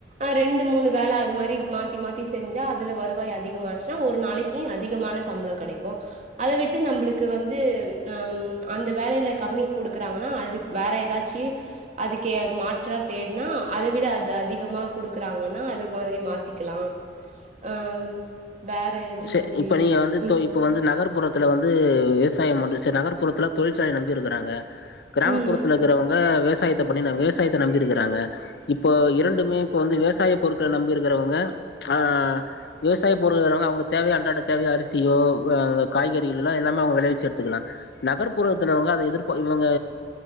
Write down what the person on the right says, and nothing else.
அ ரெண்டு மூணு வேல அது மாரி மாத்தி மாத்தி செஞ்சா அதுல வருவாய் அதிகமாச்சுனா ஒரு நாளைக் க்கி அதிகமான சம்பளம் கெடைக்கு அத விட்டு நம்மளுக்கு வந்து ம் அந்த வேலயில கம்மி குடுக்குறாங்கன்னா அதுக் வேற ஏதாச்சி அதுக்கு மாற்றா தேட்னா அத விட அது அதிக அதிகமா குடுக்குறாங்கன்னா அது மாரி மாத்திக்கலா ம் வேற எது
மாதிரினா
ம்
ம்